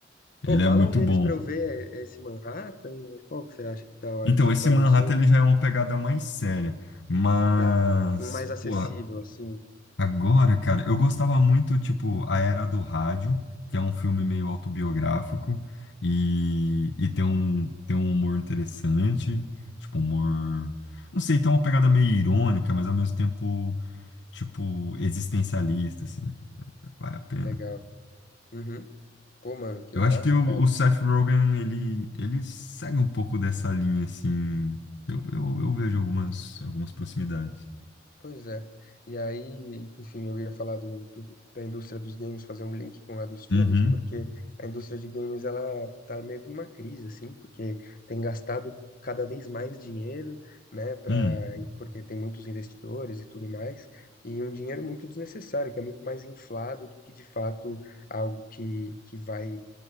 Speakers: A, on the left; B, on the left.
A: Ele
B: Pô, fala
A: é muito
B: um deles
A: bom.
B: pra eu ver é, esse Manhattan. né? Qual que você acha que da hora,
A: Então,
B: assim?
A: esse
B: Vai,
A: Manhattan
B: eu sou.
A: ele já é uma pegada mais séria. Mas,
B: Tá. Um mais acessível,
A: pô,
B: assim.
A: Agora, cara, eu gostava muito, tipo, A Era do Rádio, que é um filme meio autobiográfico e, e tem um, tem um humor interessante, tipo, humor. Não sei, tem uma pegada meio irônica, mas ao mesmo tempo, tipo, existencialista, assim, vale a pena.
B: Legal. Uhum. Pô, mano, que
A: Eu
B: massa,
A: acho que o,
B: cara.
A: o Seth Rogen, ele, ele segue um pouco dessa linha, assim. Eu, eu, eu vejo algumas, algumas proximidades.
B: Pois é. E aí, enfim, eu ia falar do, do- da indústria dos games, fazer um link com a dos filmes,
A: Uhum.
B: porque a indústria de games, ela tá meio que numa crise, assim, porque tem gastado cada vez mais dinheiro, né, pra,
A: Hum.
B: porque tem muitos investidores e tudo mais, e um dinheiro muito desnecessário, que é muito mais inflado do que, de fato, algo que, que vai,